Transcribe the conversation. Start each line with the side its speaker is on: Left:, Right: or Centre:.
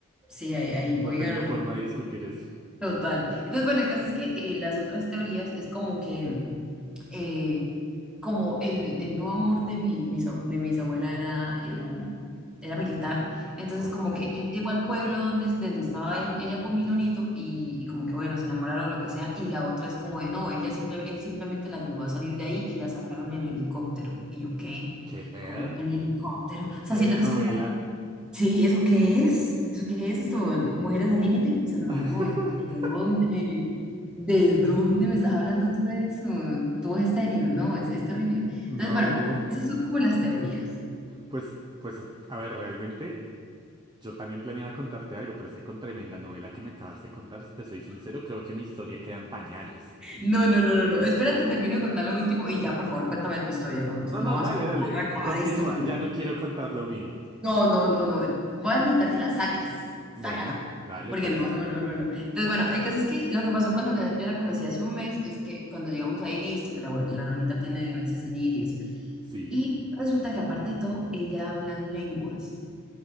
Centre: Sí, ahí, ahí
Right: No
Centre: voy
Right: tengo
Centre: ganando.
Right: forma de discutir eso.
Centre: Total. Entonces, bueno, el caso es que eh, las otras teorías es como que, eh, como el, el nuevo amor de mi, mis ab- de mi bisabuela era, eh, era militar, entonces
Right: Ok,
Centre: como que él llegó al pueblo donde, donde estaba él- ella con Minonito y, y como que, bueno, se enamoraron o lo que sea, y la otra es como de, no, ella simple, él simplemente la ayudó a salir de ahí y la sacaron en helicóptero. Y yo, ¿qué?
Right: ¿qué pedo?
Centre: Como en helicóptero. O sea,
Right: Ahí
Centre: siento
Right: la
Centre: que
Right: novela.
Centre: es como Sí, ¿eso qué es? ¿Eso qué es esto? ¿Mujeres al límite? Dice, no,
Right: <laughs>
Centre: ¿de dónde? ¿De dónde me estás hablando tú de eso? Todo es estéreo, no, es, es terrible. Entonces,
Right: No,
Centre: bueno, esas son como las teorías.
Right: pues, pues, a ver, realmente yo también planeaba contarte algo, pero es que con tremenda novela que me acabas de contar, si te soy sincero, creo que mi historia queda en pañales.
Centre: No, no, no, no, no. Espérate, termino de contar lo último y ya, por favor, cuéntame tu historia, ¿no? O sea,
Right: No,
Centre: no
Right: no,
Centre: vas
Right: dale, dale,
Centre: a acabar
Right: continúa,
Centre: esto.
Right: ya no quiero contar lo mío.
Centre: No, no, no, no. Voy a necesitar que la saques. Sácalo.
Right: Bueno, dale
Centre: Porque
Right: pues,
Centre: no, no, no, Bueno, no, no. Entonces, bueno, el caso es que lo que pasó cuando la- yo la conocí hace un mes es que cuando llegamos ahí, listo, que la, abue- la nonita tiene demencia senil y eso.
Right: sí.
Centre: Y resulta que aparte de todo, ella habla en lenguas.